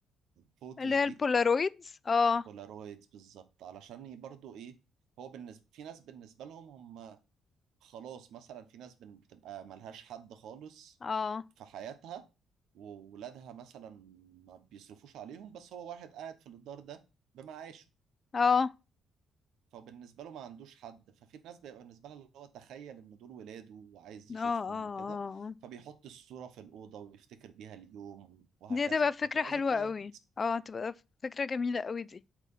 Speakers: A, on the right; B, on the left.
A: فوتوز
B: اللي هي البولارويدز
A: دي
B: اه
A: بولارويدز بالظبط علشان ي- برضو ايه هو بالنسبة في ناس بالنسبة لهم هم خلاص مثلا في ناس بن- بتبقى ملهاش حد خالص
B: اه
A: في حياتها وولادها مثلا ما بيصرفوش عليهم بس هو واحد قاعد في الدار ده بمعاشه
B: اه اه
A: فبالنسبة له ما عندوش حد ففي ناس بيبقى بالنسبة لها اللي هو تخيل ان دول ولاده وعايز يشوفهم
B: اه اه
A: وكده فبيحط الصورة في الأوضة ويفتكر بيها اليوم وهكذا
B: دي هتبقى فكرة
A: فتبقى
B: حلوة
A: ذكريات
B: قوي اه هتبقى فكرة جميلة قوي دي